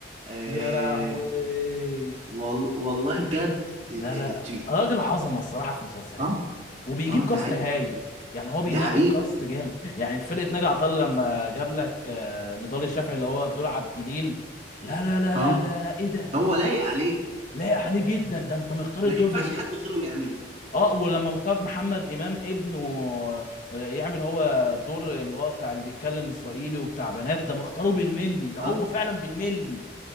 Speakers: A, on the right; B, on the left.
A: آه
B: يا لهوي
A: وال والله بجد آه
B: لا لا
A: آه ت-
B: راجل عظمه الصراحه في مسلسلات
A: آه،
B: وبيجيب
A: آه،
B: كاست
A: دي حقيقة
B: هايل يعني هو بينقي
A: دي حقيقة
B: الكاست جامد يعني فرقه ناجي عطا الله لما جاب لك آه، نضال الشافعي اللي هو بدور عبد الجليل لا لا لا
A: اه
B: لا لا لا ايه ده
A: هو لايق عليه
B: لايق عليه جدا ده انت مختار
A: ما
B: الدور
A: ينفعش
B: بمين
A: حد غيره يعمله
B: اه ولما مختارك محمد امام ابنه آه، يعمل هو دور اللي هو بتاع اللي بيتكلم اسرائيلي وبتاع بنات ده مختاره بالملي ده
A: اه
B: هو فعلا بالملي